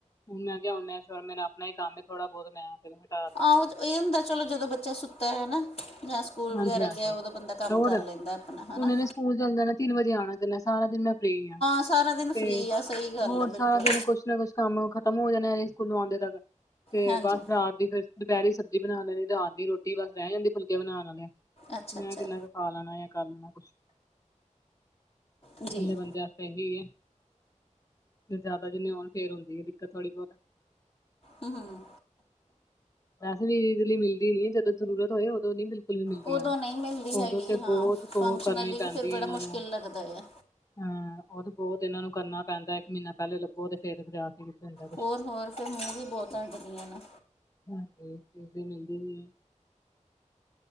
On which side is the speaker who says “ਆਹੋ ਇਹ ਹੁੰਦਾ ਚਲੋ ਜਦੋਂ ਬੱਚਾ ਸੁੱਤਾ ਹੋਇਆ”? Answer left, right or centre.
Left